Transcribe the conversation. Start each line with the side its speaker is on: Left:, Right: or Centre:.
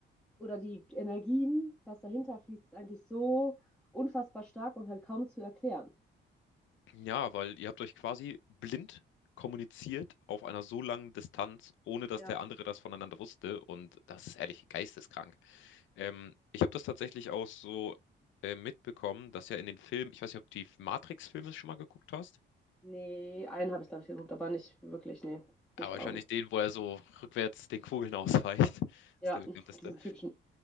Centre: oder die Energien, was dahinter fließt, ist eigentlich so unfassbar stark und halt kaum zu erklären.
Left: Ja, weil ihr habt euch quasi blind kommuniziert auf einer so langen Distanz, ohne dass
Centre: Ja.
Left: der andere das voneinander wusste. Und das ist ehrlich geisteskrank. Ähm, ich habe das tatsächlich auch so äh, mitbekommen, dass ja in den Filmen, ich weiß nicht, ob du die Matrix-Filme schon mal geguckt hast,
Centre: Nee, einen habe ich, glaube ich, geguckt, aber nicht wirklich, nee,
Left: aber
Centre: nicht vor
Left: wahrscheinlich
Centre: Augen.
Left: den, wo er so rückwärts den Kugeln ausweicht. <laughs>
Centre: Ja,
Left: Das ist der bekannteste.
Centre: diesen typischen.